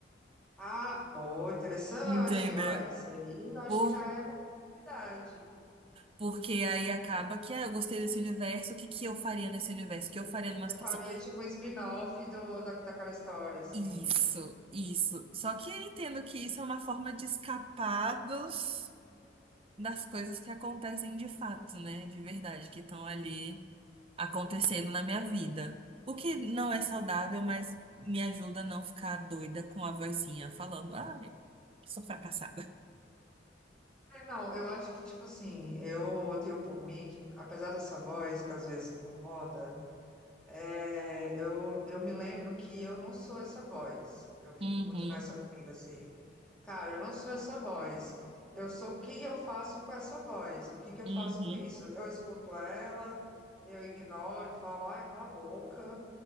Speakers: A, in the centre; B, on the right.
A: Ah, pô, interessante.
B: Entendeu?
A: Uai, isso aí eu acho
B: Por,
A: que já é uma possibilidade.
B: porque aí acaba que, ah, eu gostei desse universo, o que que eu faria nesse universo? O que eu faria numa
A: Você
B: situação?
A: faria tipo um spin-off do, da, daquela história, assim.
B: Isso, isso. Só que eu entendo que isso é uma forma de escapar dos das coisas que acontecem de fato, né? De verdade, que estão ali acontecendo na minha vida. O que não é saudável, mas me ajuda a não ficar doida com a vozinha falando, ai, sou fracassada.
A: É, não, eu acho que, tipo assim, eu tenho por mim que, apesar dessa voz que às vezes incomoda, É, eu, eu me lembro que eu não sou essa voz. Eu fico
B: Uhum,
A: muito nessa comigo, assim. Cara, eu não sou essa voz. Eu sou o que eu faço com essa voz. O que que eu
B: uhum,
A: faço com isso? Eu escuto ela, eu ignoro e falo, ai, cala a boca,